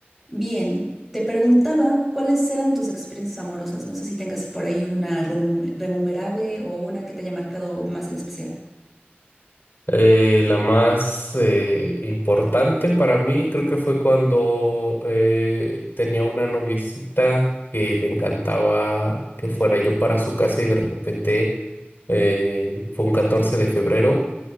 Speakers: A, in the centre; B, on the left.
A: Bien, te preguntaba cuáles eran tus experiencias amorosas. No sé si tengas por ahí una remu- remunerable o una que te haya marcado más en especial.
B: Eh, la más eh, importante para mí creo que fue cuando eh, tenía una noviecita que le encantaba que fuera yo para su casa y de repente eh, fue un 14 de febrero